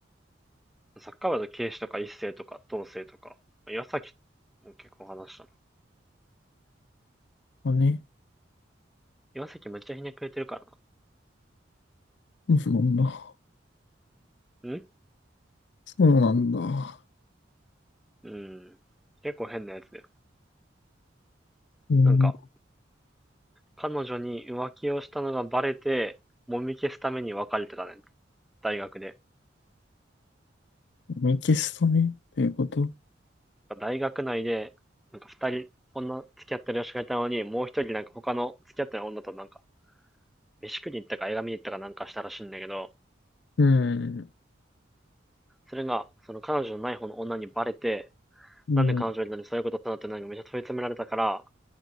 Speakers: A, in the centre; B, on the left.
A: サッカー部だと警視とか一斉とか統制とか。岩崎も結構話したな。
B: あ、ね。
A: 岩崎めっちゃひねくれてるか
B: そうなんだ。
A: らな。ん
B: そうなんだ。
A: うん。結構変なやつだよ。
B: うん。
A: なんか、彼女に浮気をしたのがバレて、揉み消すために別れてたね。大学で。
B: ミキストね。っていうこと。
A: 大学内で、なんか二人、女付き合ってる女子がいたのに、もう一人なんか他の付き合ってる女となんか、飯食いに行ったか映画見に行ったかなんかしたらしいんだけど、
B: うん。
A: それが、その彼女のない方の女にバレて、
B: うん。
A: なんで彼女になにそういうことしたのってなんかめっちゃ問い詰められたから、